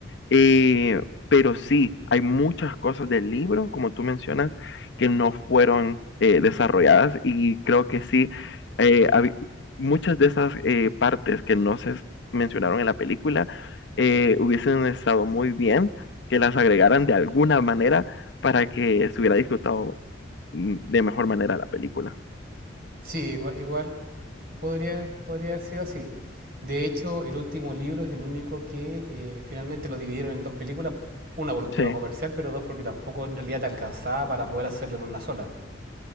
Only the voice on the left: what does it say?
eh, pero sí, hay muchas cosas del libro, como tú mencionas, que no fueron, eh, desarrolladas, y creo que sí, eh, habi muchas de esas, eh, partes que no se mencionaron en la película, eh, hubiesen estado muy bien que las agregaran de alguna manera para que se hubiera disfrutado, mm, de mejor manera la película.
Sí.